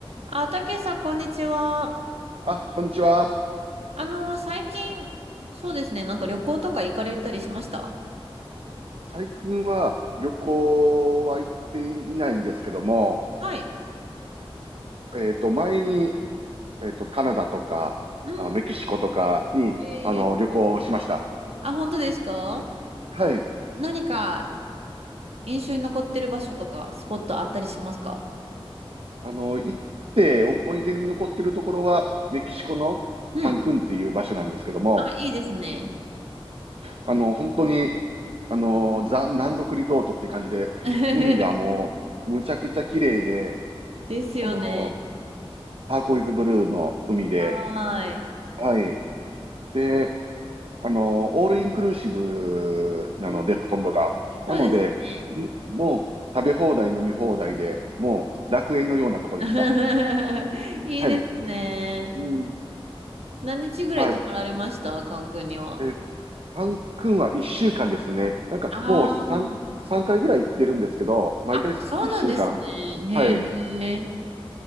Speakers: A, on the right; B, on the right.
A: あ、たけしさん、こんにちは。
B: あ、こんにちは。
A: あの、最近、そうですね、なんか旅行とか行かれたりしました
B: 最近は旅行は行っていないんですけども、
A: はい。
B: えっと、前に、えっと、カナダとか、
A: うん。
B: あのメキシコとかに、
A: えー、
B: あの、旅行をしました。
A: あ、本当ですか
B: はい。
A: 何か印象に残ってる場所とか、スポットあったりしますか
B: あの、行って思い出に残ってるところは、メキシコのカンクンっていう場所なんですけども、
A: うん。あ、いいですね。
B: あの、本当に、あの、ザ・南国リゾートっていう感じで、
A: <laughs>
B: 海がもう、むちゃくちゃ綺麗で、
A: ですよね。
B: あの、ターコイズブルーの海で、
A: はーい。
B: はい。で、あの、オールインクルーシブなので、
A: うん
B: ほとんどが。なので、
A: そうですね。
B: ももう食べ放題、飲み放題で、もう楽園のようなところでした。
A: <laughs> いいですね。
B: はい。うん。
A: 何日ぐらい泊まられました関空には。
B: はい。えー、パン君は一週間ですね。なんかもう三三回ぐらい行ってるんですけど、
A: ああ、
B: 毎回一週間。
A: あ、そうなんですね。へえ。
B: はい。で